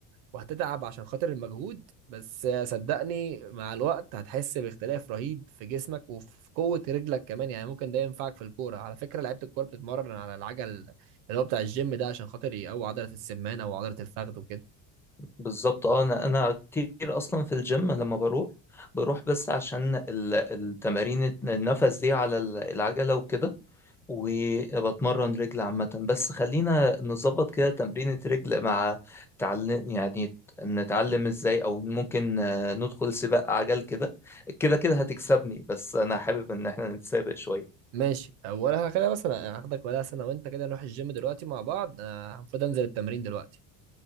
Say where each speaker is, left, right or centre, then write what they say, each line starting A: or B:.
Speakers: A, on the right (about 75°); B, in the centre.
A: وهتتعب عشان خاطر المجهود بس صدقني مع الوقت هتحس باختلاف رهيب في جسمك وفي قوة رجلك كمان يعني ممكن ده ينفعك في الكورة على فكرة لعيبة الكورة بتتمرن على العجل اللي هو بتاع الجيم ده عشان خاطر يقوي عضلة السمانة وعضلة الفخذ وكده
B: بالظبط اه انا انا كتير اصلا في الجيم لما بروح بروح بس عشان ال- التمارين النفس دي على ال- العجلة وكده وبتمرن رجل عامة بس خلينا نظبط كده تمرينة رجل مع تعلم يعني نتعلم ازاي او ممكن آه، ندخل سباق عجل كده كده كده هتكسبني بس انا حابب ان احنا نتسابق شوية
A: ماشي ولا كده مثلا هاخدك ولا سنة وانت كده نروح الجيم دلوقتي مع بعض انا المفروض انزل التمرين دلوقتي